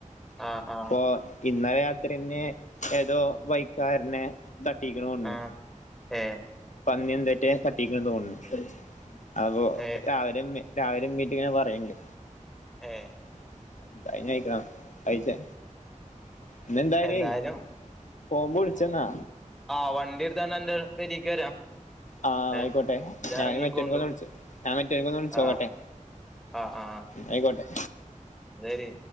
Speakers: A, in the centre; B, on the left (about 65°).
A: ആഹ് ആഹ്.
B: പൊ ഇന്നലെ രാത്ര്യെന്നെ ഏതോ വൈക്കാര്നെ തട്ടീക്ക്ണോണ്ണ്
A: ആഹ് ഏഹ്.
B: പന്ന്യൊന്തറ്റെ തട്ടിക്ക്ണ് തോന്ന്ൺ അപ്പൊ
A: ഏഹ്
B: രാവിലെ മ്മി- രാവിലെ മീറ്റിങ്ങ് പറയണ്ട്
A: ഏഹ്.
B: <unintelligible> കയ്ചെ ഇന്നെന്തായാലും
A: എന്തായാലും
B: പോവുമ്പോ വിളിച്ചെന്നാ
A: ആഹ് വണ്ടി എടുത്താന്റെ പെരിക്ക് വരാം.
B: ആഹ്
A: ഏ
B: ആയിക്കോട്ടെ
A: ഇജ്ജ്
B: ഞാൻ
A: എറങ്ങിക്കോണ്ടു
B: മറ്റോനിക്കെന്ന് വിളിച്ചു ഞാൻ മറ്റുനിക്കൊന്ന് വിളിച്ചോക്കട്ടെ
A: ആ ആ ആ
B: ആയിക്കോട്ടെ.
A: ശരി.